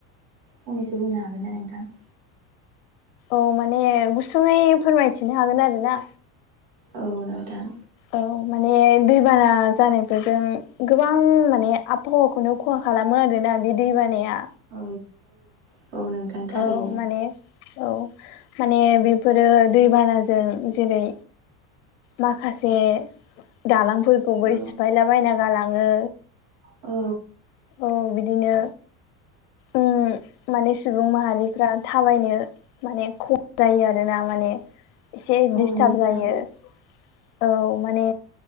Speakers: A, on the right; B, on the left.
A: फंनैसो बुंनो हागोन ना नोंथां?
B: औ माने गुसुङयै फोरमायथिनो हागोन आरो ना
A: औ नोंथां
B: औ माने दैबाना जानायफोरजों गोबां माने फवाखौनो खहा खालामो बे दैबानाया
A: औ औ नोंथां थारैनो
B: औ माने औ माने बेफोरो दैबानाजों जेरै माखासे दालांफोरखौबो
A: औ
B: सिफायला बायना गालाङो
A: औ
B: औ बिदिनो उम माने सुबुं माहारिफ्रा थाबायनो माने खम जायो आरोना माने ऐसे
A: औ
B: दिसथाब
A: नोंथां
B: जायो औ माने